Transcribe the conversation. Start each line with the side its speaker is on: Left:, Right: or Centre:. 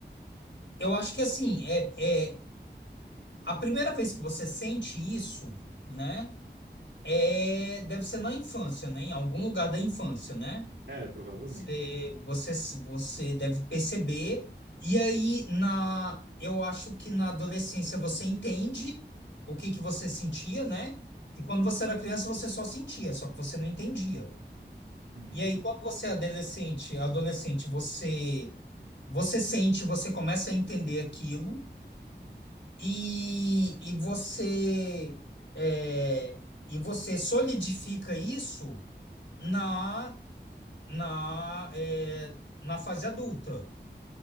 Left: Eu acho que assim, é, é a primeira vez que você sente isso, né? É, deve ser na infância, né? Em algum lugar da infância, né?
Right: É, provavelmente.
Left: Você, você, você deve perceber. E aí, na, eu acho que na adolescência você entende o que que você sentia, né? E quando você era criança, você só sentia, só que você não entendia.
Right: Uhum.
Left: E aí, quando você é adolescente, adolescente, você, você sente, você começa a entender aquilo e, e você, é, e você solidifica isso na, na, é, na fase adulta.